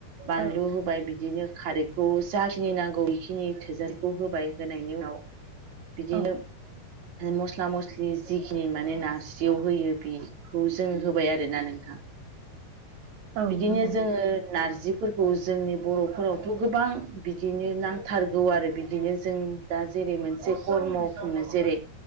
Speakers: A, on the right; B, on the right.
A: बानलु
B: औ
A: होबाय बिदिनो खारैखौ जाखिनि नांगौ बेखिनि थोजासेखौ होबाय होनायनि उनाव बिदिनो
B: औ
A: मस्ला मस्लि जिखिनि माने नारजि जियाव होयो बिखौ जों होबाय आरोना नोंथां
B: औ
A: बिदिनो
B: नंगौ
A: जोङो नारजि फोरखौ जोंनि बर'फोरावथ' गोबां बिदिनो नांथारगौ आरो बिदिनो जों- दा जेरै मोनसे कर्म खनो जेरै